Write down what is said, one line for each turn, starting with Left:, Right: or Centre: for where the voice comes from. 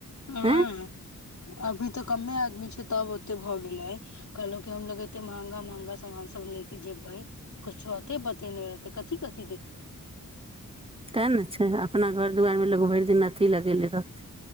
Left: हं
Right: आँय
Left: हं अभी त कमे आदमी छै तब ओते भ गेलय कहलों कि हमलोग एते महंगा महंगा हंगा सामान सब ले के जेबै कुछो होते बतेने रहतै कथी कथी देखबै
Right: तैन न छैय अपना घर दुआार में लोग भरि दिन अथी लगेले रह